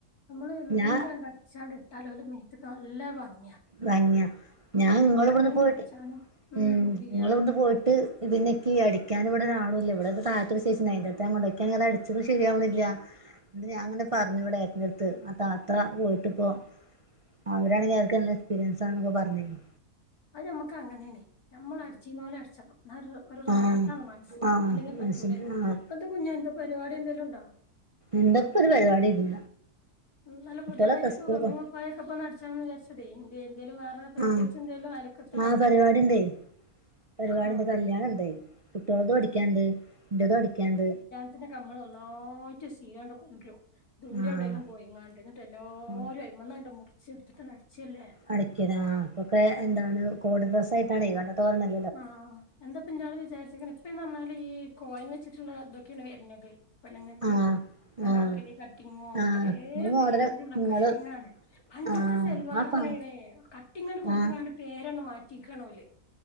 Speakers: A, on the left; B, on the right.
A: നമ്മള്
B: ഞാൻ
A: എന്താണ്ട് അച്ചാണ്ട് ഇട്ടാലും ഓലെ മേത്തക്ക് നല്ല ഭംഗിയ
B: ഭംഗിയ ഞാൻ നിങ്ങള് ഇവിടുന്ന് പോയിട്ട്
A: കുടിച്ചാനും
B: ഉം
A: ഇല്ല
B: നിങ്ങള് ഇവിടുന്ന് പോയിട്ട് ട്ട് പിന്നെക്കീ അടിക്കാന് ഇവിടെരാളൂല്ല ഇവിടെ അത് താഴത്തൊരൂ ചേച്ചി നേരത്തെ കൊണ്ടക്ക അത് അടിച്ചത് ശരിയാവണില്ല ഞാൻ അങ്ങനെ പറഞ്ഞു ഇവിടെ ഏട്ടന്റെടു ത്ത് ആ താത്ത പോയിട്ടിപ്പോ അവരാണെങ്കി അവർക്ക് നല്ല എക്സ്പീരിയൻ ആണെന്ന് ക്കെ പറഞ്ഞിരുന്നു
A: അത് നമ്മുക്ക് അങ്ങനെയാണ് നമ്മള് അടിച്ചീന്ന് പോലെ അടിക്കണം ന്നാ ഒരു റാഹത്താണ്
B: ആഹ്
A: മനസിന്
B: ആഹ്
A: ക് അല്ലെങ്കിൽ പറ്റൂല
B: അത് ശരി ആഹ്
A: പ്പന്ത കുഞ്ഞ എന്ത പരിവാടി എന്തെലുണ്ടാ.
B: എന്തപ്പൊര് പരിപാടി ഇല്ല.
A: ഉം നല്ല
B: കുട്ടികളൊക്കെ
A: പുത്യേതായ്ട്ട് പ്പോ
B: സ്കൂൾക്ക്
A: തുണിം കുപ്പായൊക്കെ പ്പ ന്നട്ച്ചാണന്ന് വിചര്ച്ചതെ എന്തെ എന്തേലും വേറെ പ്രത്യേകിച്ചെന്തേലും
B: ആഹ്
A: അയലക്ക
B: ആഹ് പരുപാടിണ്ടേ. പരുവാടിണ്ട്
A: ആഹ്
B: കല്യാണണ്ടെയ് കുട്ട്യോളതു അടിക്ക്യാണ്ട് ൻ്റതു അടിക്ക്യാണ്ട്.
A: ത്തിനൊക്ക നമ്മൾ നന്നായ്റ്റ് സീലണ്ട് കൊണ്ട്രും ദൂരെവ്ടെലും.
B: ആഹ്
A: പോയിങ്ങാണ്ട് ന്നട്ടല്ലാരു
B: ഉം
A: അയ്മന്നാണ്ട് മുർച്ചിട്ത്ത്ട്ട്ണ്ട് അട്ച്ചല്ലേ.
B: അടക്ക്യത അപ്പൊക്കെ എന്താണ് കോഡ് ഡ്രസ്സായിട്ടാണ് വന്ന്ത്തോന്ന് <unintelligible>
A: ആഹ് ആഹ് എന്താപ്പൻ്റാള് വിചാര്ച്ച്ക്ക്ണ പ്പീന്നർഞ്ഞാല് ഈ കോയൻ വെച്ചിട്ടുള്ള തൊക്കെണ് വെര്നത്. പെണ്ണ്ങ്ങക്ക്
B: ആഹ്
A: അനാർക്കലി
B: ആഹ്
A: കട്ടിങ്ങോ
B: ആഹ്
A: പലേ
B: ഈ മോഡല്
A: പേരുലുള്ള
B: നിങ്ങള്
A: കട്ടിങ്ങാണ്. പണ്ടത്തെ
B: ആഹ്
A: സെൽവാറെന്നേണ്
B: ആ പ
A: കട്ടിങ്ങണ്ട് കൊടുത്ത്ങ്ങാണ്ട്
B: ആഹ്
A: പേരണ് മാറ്റിക്കാണോല്.